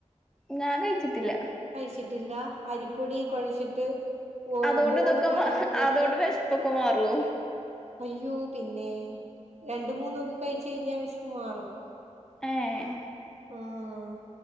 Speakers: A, in the centre; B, on the right (about 65°).
A: ഞാൻ കഴിച്ചിട്ടില്ല
B: കഴിച്ചിട്ടില്ല അരിപ്പൊടി കുഴച്ചിട്ട്
A: അതുകൊണ്ട്
B: ബോള്
A: ഇതൊക്കെ
B: പോലെ
A: മാ
B: ആക്കിയിട്ട്
A: അതുകൊണ്ട് വെശ്പ്പൊക്കെ മാറുവോ
B: അയ്യോ പിന്നെ രണ്ട് മൂന്നൊക്കെ കഴിച്ച് കഴിഞ്ഞാ വെശപ്പ് മാറും
A: ഏഹ്
B: ആഹ്